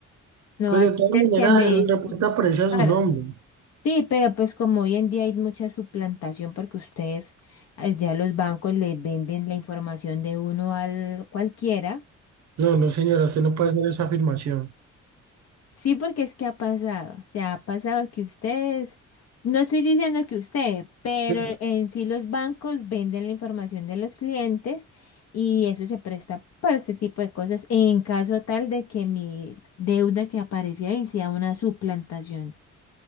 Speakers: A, on the left (about 55°); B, on the right (about 60°).
A: No
B: Pues
A: va
B: de
A: a
B: todas
A: ser
B: maneras,
A: que me...
B: el reporte aparece a
A: Claro.
B: su nombre.
A: Sí, pero pues como hoy en día hay mucha suplantación porque ustedes eh, ya los bancos les venden la información de uno al cualquiera.
B: No, no, señora, usted no puede hacer esa afirmación.
A: Sí, porque es que ha pasado, o sea, ha pasado que ustedes, no estoy diciendo que ustedes, pero
B: De,
A: en sí los bancos venden la información de los clientes y eso se presta para este tipo de cosas en caso tal de que mi deuda que aparece ahí sea una suplantación